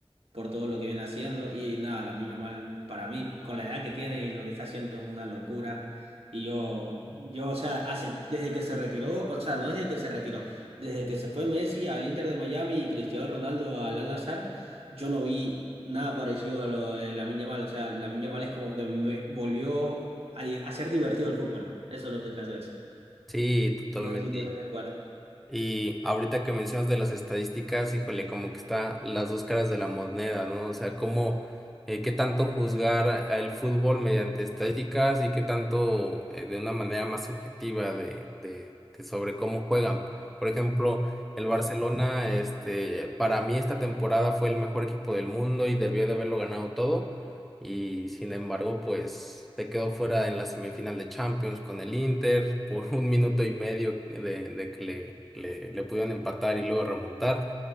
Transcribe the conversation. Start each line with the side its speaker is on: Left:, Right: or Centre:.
Right: por todo lo que viene haciendo. Y nada, la Lamine mal para mí, con la edad que tiene y lo que está haciendo es una locura. Y yo, yo, o sea, hace, desde que se retiró, o sea, no desde que se retiró, desde que se fue Messi al Inter de Miami y Cristiano Ronaldo al Al-Nassr, yo no vi nada parecido a lo de Lamine mal O sea, Lamine mal es como que me volvió a, di- a ser divertido el fútbol. Eso es lo que trato de decir.
Centre: Sí, totalmente.
Right: No sé si tú estás de acuerdo.
Centre: Y ahorita que mencionas de las estadísticas, híjole, como que está las dos caras de la moneda, ¿no? O sea, cómo, eh, qué tanto juzgar a- a el fútbol mediante estadísticas y qué tanto eh, de una manera más subjetiva de, de, de sobre cómo juegan. Por ejemplo, el
Right: Claro.
Centre: Barcelona, este, para mí esta temporada fue el mejor equipo del mundo y debió de haberlo ganado todo y sin embargo, pues se quedó fuera en la semifinal de Champions con el Inter por un minuto y medio de, de que le, le, le pudieron empatar y luego remontar.